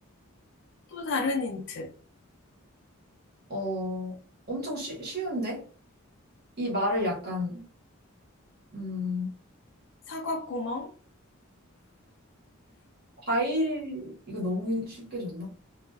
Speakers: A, on the left; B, on the right.
A: 또 다른 힌트.
B: 어, 엄청 쉬, 쉬운데? 이 말을 약간, 음,
A: 사과 구멍?
B: 과일, 이거 너무 쉽게 줬나?